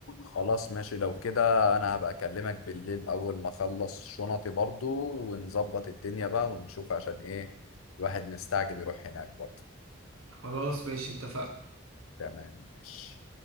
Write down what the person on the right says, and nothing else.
خلاص ماشي اتفقنا